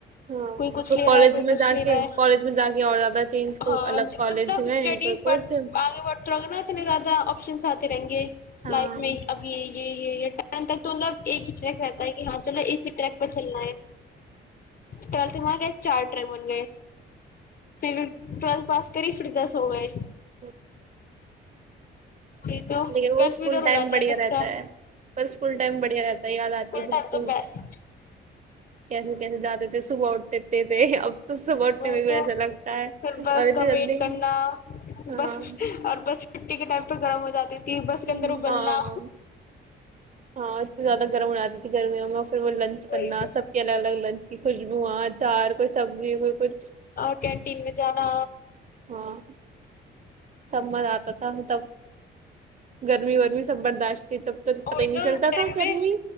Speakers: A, on the right; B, on the left.
A: ہاں
B: کچھ
A: کوئی
B: لے
A: کالج
B: رہا ہے
A: میں
B: کچھ
A: جا
B: لے
A: کے
B: رہا ہے
A: کالج میں جا کے اور زیادہ چینج کو
B: ہاں
A: الگ
B: جتنا
A: کالج
B: مطلب اسٹڈی
A: میں کوئی
B: بڑ
A: کچھ
B: آگے بڑھتے رہو گے نا اتنے زیادہ آپشنس آتے رہیں گے
A: ہاں
B: لائف میں اب یہ یہ یہ ر تک تو مطلب ایک کہ ہاں چلو اسی ٹریک پر چلنا ہے ٹویلتھ میں آ گئے چار ٹرک بن گئے پھر ٹویلتھ پاس کری پھر دس ہو گئے
A: ہ
B: وہی تو
A: نہیں وہ
B: کنفیوزن
A: اسکول
B: ہو
A: ٹائم
B: جاتا
A: بڑھیا
B: ہے بچہ
A: رہتا ہے پر اسکول ٹائم بڑھیا رہتا ہے یاد آتی ہے پ
B: ٹائم
A: اسکول
B: تو بیسٹ
A: کیسے کیسے جاتے تھے صبح اٹھتےکتے تھے اب تو صبح اٹھنے
B: وہ
A: میں بھی
B: تو
A: ایسا لگتا ہے
B: پھر
A: اور
B: بس
A: اتنی
B: کا
A: جلدی
B: ویٹ کرنا
A: ہاں
B: بس اور بس مھٹی کے ٹائمہ گرم ہو جات تے ت بس
A: ہاں
B: گندر ابلنا
A: ہاں اتنی زیادہ گرم ہو جی تھی گرمی میں پھر وہ لنچ
B: وہی
A: کرنا
B: تو
A: سب کی الگ الگ لنچ خوشبو اچار کوئی سبزی کوئی کچھ
B: اور کینٹین میں جانا
A: ہاں سب مزہ آتا تھا تب گرمی ورمی سب برداشت تھی تب
B: وہی
A: پتہ ہی نہیں
B: تو
A: چلتا
B: کرب
A: تھا
B: میں
A: گرمی